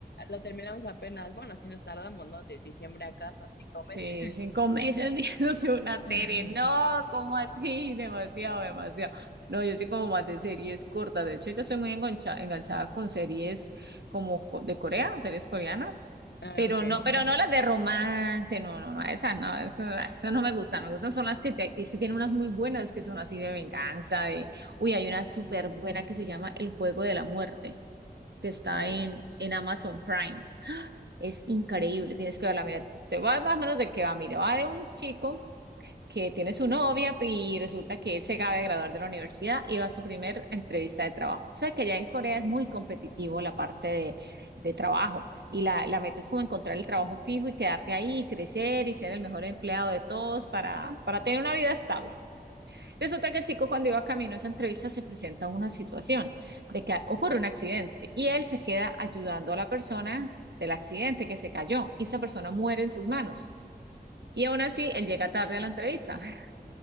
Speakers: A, on the left; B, on the right.
A: lo terminamos apenas. Bueno, así nos tardamos, ¿no? De diciembre acá son cinco meses.
B: Sí, cinco meses <laughs> viéndose una serie.
A: <laughs>
B: No, ¿cómo así? Demasiado, demasiado. No, yo soy como más de series cortas. De hecho, yo soy muy engancha- enganchada con series como co- de Corea, series coreanas.
A: Ah,
B: Pero
A: ok, ajá.
B: no, pero no las de romance, no, no, no, esas no, esas, esas no me gustan. Me gustan son las que, te- es que tienen unas muy buenas que son así de venganza, de, uy, hay una súper buena que se llama El Juego de la Muerte, que está
A: Órale,
B: en, en Amazon Prime. Es increíble, tienes que verla. Mira, te va más o menos de qué va. Mira, va de un chico que tiene su novia y resulta que él se acaba de graduar de la universidad y va a su primer entrevista de trabajo. Sé que ya en Corea es muy competitivo la parte de, de trabajo y la, la meta es como encontrar el trabajo fijo y quedarte ahí, crecer y ser el mejor empleado de todos para, para tener una vida estable. Resulta que el chico cuando iba camino a esa entrevista se presenta una situación de que ocurre un accidente y él se queda ayudando a la persona del accidente que se cayó y esa persona muere en sus manos. Y aún así, él llega tarde a la entrevista. <laughs>